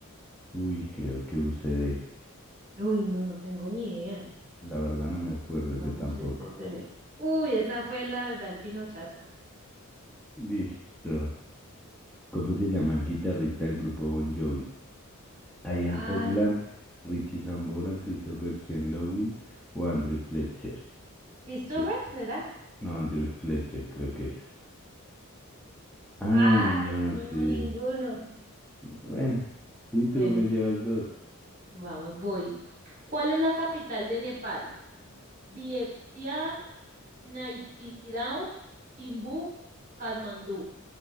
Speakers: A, in the centre; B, on the right (about 40°).
A: Uy, creo que UCD.
B: Uy, no, no tengo ni idea.
A: La verdad no me acuerdo,
B: Vamos,
A: yo tampoco.
B: este, tere- Uy, esa fue la verdad, el pinochazo.
A: Listo. ¿Cómo se llama el guitarrista del grupo Bon Jovi? Ian
B: Ay,
A: Hogland, Richie Sambora, Christopher Sean Lowe o Andrew Fletcher.
B: ¿Christopher
A: Cre-
B: será?
A: No, Andrew Fletcher creo que es. Ay,
B: Ay,
A: no,
B: no,
A: sí.
B: ninguno.
A: Bueno, uy, tú
B: Bueno,
A: me llevas dos.
B: vamos, voy. ¿Cuál es la capital de Nepal? Vientiane, Naypyidaw, Timbú, Katmandú.